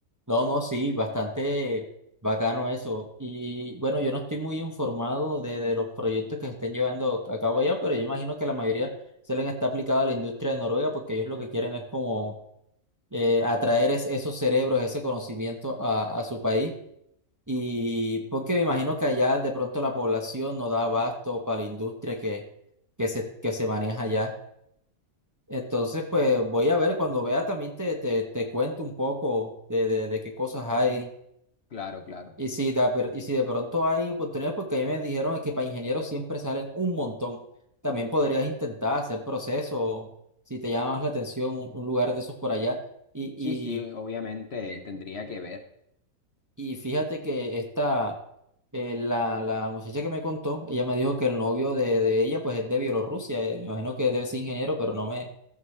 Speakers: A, on the right (about 15°); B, on the left (about 55°).
A: No, no, sí, bastante bacano eso. Y bueno, yo no estoy muy informado de, de los proyectos que se estén llevando a cabo allá, pero yo imagino que la mayoría se les está aplicada a la industria de Noruega porque ellos lo que quieren es como eh, atraer es- esos cerebros, ese conocimiento a, a su país. Y porque me imagino que allá de pronto la población no da abasto para la industria que, que se, que se maneja allá. Entonces, pues voy a ver, cuando vea también te, te, te cuento un poco de, de de qué cosas hay.
B: Claro, claro.
A: Y si de, per- y si de pronto hay oportunidades, porque ahí me dijeron que para ingenieros siempre salen un montón. También podrías intentar hacer procesos si te llama más la atención un, un lugar de esos por allá. Y,
B: Sí, sí, obviamente tendría que ver.
A: y, y fíjate que esta, eh, la, la muchacha que me contó, ella me dijo que el novio de, de ella pues es de Bielorrusia. eh, Me imagino que debe ser ingeniero, pero no me